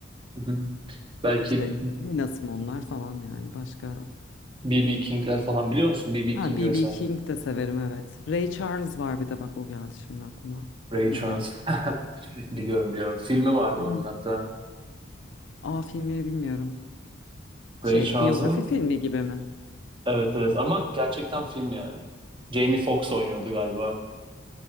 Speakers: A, on the right; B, on the left.
A: hı hı. belki
B: İşte Nina Simone'lar falan yani başka.
A: B.B. King'ler falan biliyor musun? B.B.
B: Ha,
A: King
B: B.B.
A: vesaire.
B: King de severim evet. Ray Charles var bir de bak o geldi şimdi aklıma.
A: Ray
B: Bunu
A: Charles.
B: biliyor musun?
A: <laughs> Biliyorum biliyorum. Filmi vardı
B: Hı.
A: onun hatta.
B: Aa filmini bilmiyorum.
A: Ray
B: Şey,
A: Charles'ın
B: biyografi filmi gibi mi?
A: evet evet ama gerçekten
B: Hmm.
A: film yani. Jamie Foxx oynuyordu galiba.